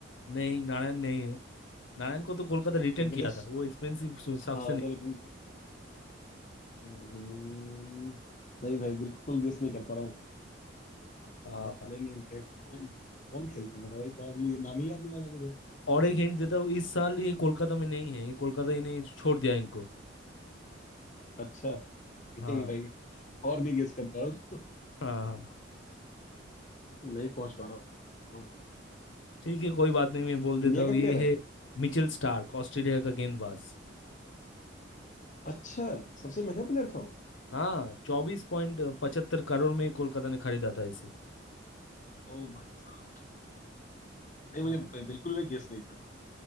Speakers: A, on the left; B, on the left.
A: नहीं नारायण नहीं है नारायण को तो कोलकाता रिटेन
B: वेंकटेश
A: किया था वो एक्सपेंसिव हिसाब
B: हाँ
A: से
B: वो
A: नहीं
B: तो रिटर्न हम्म, नहीं भाई बिल्कुल गेस नहीं कर पा रहा हूँ
A: हाँ।
B: पावर प्ले में इम्पैक्ट कौन कौन खेलता था भाई पावर प्ले नाम ही याद नहीं आ रहा मुझे
A: और एक हिंट देता हूँ इस साल ये कोलकाता में नहीं है ये कोलकाता इन्हें छोड़ दिया इनको
B: अच्छा नहीं
A: हाँ
B: भाई और नहीं गेस कर पा रहा हूँ, तो
A: हाँ हाँ हाँ।
B: नहीं पहुंच पा रहा हूँ
A: ठीक है कोई बात नहीं मैं बोल देता
B: इंडिया
A: हूँ
B: का
A: ये
B: प्लेयर है
A: है मिचेल स्टार्क ऑस्ट्रेलिया का गेंदबाज
B: अच्छा सबसे महंगा प्लेयर था वो
A: हाँ चौबीस पॉइंट पचहत्तर करोड़ में कोलकाता ने खरीदा था इसे
B: ओ भाई साहब नहीं
A: हाँ
B: मुझे ब- बिल्कुल भी गेस नहीं था